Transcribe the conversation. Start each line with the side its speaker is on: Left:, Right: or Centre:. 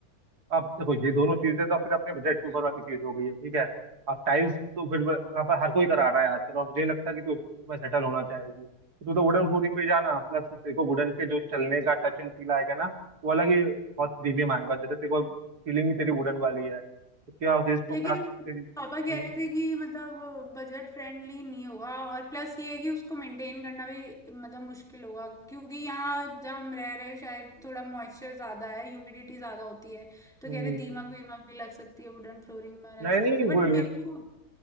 Right: अब देखो ये दोनों चीजें तो फिर अपने बजट के ऊपर वाली चीज हो गई है ठीक है अब टाइल्स तो फिर वहाँ पर हर कोई करा रहा है आजकल और मुझे नहीं लगता कि तू उस- उसमें सेटल होना चाहेगी तो तू तो वुडन फ्लोरिंग पे ही जाना प्लस तेरे को वुडन के जो चलने का टच एंड फील आएगा ना वो अलग ही बहुत प्रीमियम आएगा जैसे तेरे को फीलिंग भी तेरी वुडन वाली है उसके बाद उसको
Centre: लेकिन
Right: साथ तेरी
Centre: पापा कह
Right: हम्म।
Centre: रहे थे कि मतलब बजट फ्रेंडली नहीं होगा और प्लस ये है कि उसको मेंटेन करना भी मतलब मुश्किल होगा क्योंकि यहाँ जहाँ हम रह रहे हैं शायद थोड़ा मॉइस्चर ज्यादा है ह्यूमिडिटी ज्यादा होती है तो
Right: हम्म,
Centre: कह रहे दीमक वीमक भी लग सकती है वुडन फ्लोरिंग में और
Right: नहीं
Centre: ऐसा
Right: नहीं
Centre: वैसा
Right: वो
Centre: बट मेरे को